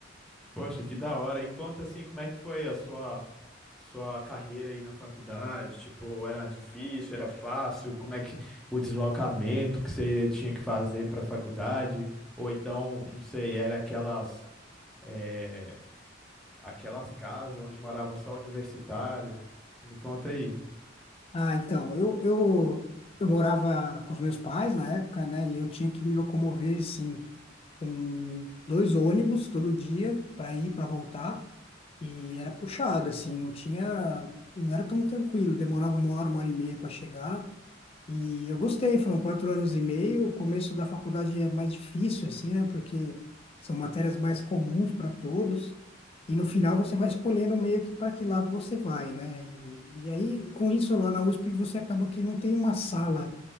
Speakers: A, in the centre; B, on the left.
A: Poxa, que da hora. E conta assim, como é que foi a sua sua carreira aí na faculdade? Tipo, era difícil, era fácil? Como é que o deslocamento que você tinha que fazer para a faculdade? Ou então, não sei, era aquelas eh, aquelas casas onde morava só universitário? Me conta aí.
B: Ah, então, eu, eu, eu morava com os meus pais na época, né? E eu tinha que me locomover, assim, com dois ônibus todo dia para ir, para voltar. E era puxado, assim, não tinha, não era tão tranquilo. Demorava uma hora, uma hora e meia para chegar. E eu gostei, foram quatro anos e meio. O começo da faculdade é mais difícil, assim, né? Porque são matérias mais comuns para todos. E no final você vai escolhendo meio que para que lado você vai, né? E, e aí, com isso, lá na USP, você acaba que não tem uma sala